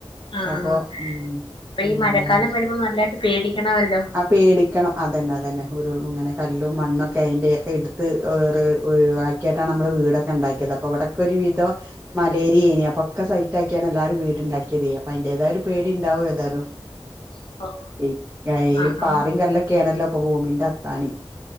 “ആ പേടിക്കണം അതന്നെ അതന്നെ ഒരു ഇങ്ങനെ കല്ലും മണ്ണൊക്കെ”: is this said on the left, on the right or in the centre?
Right